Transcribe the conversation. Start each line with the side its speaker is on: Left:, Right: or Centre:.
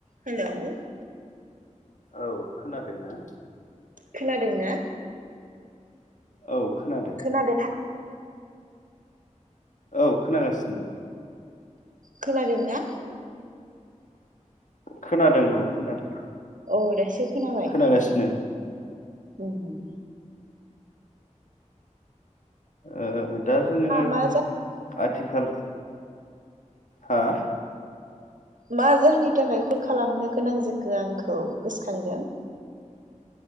Right: हेल'
Left: औ खोनादोंना
Right: खोनादों ना
Left: औ खोनादों
Right: न बे
Left: औ खोनागासिनो
Right: खोनादों ना
Left: खोनादों औ खोनादों।
Right: औ दासो खोनाबाय
Left: खोनागासिनो
Right: नोंनिखौ उम।
Left: ओ दा जोङो
Right: मा
Left: आथिखाल हा?
Right: मा जाहोननि थाखाय कल खालामनो गोनां जखो आंखौ गोसोखांदों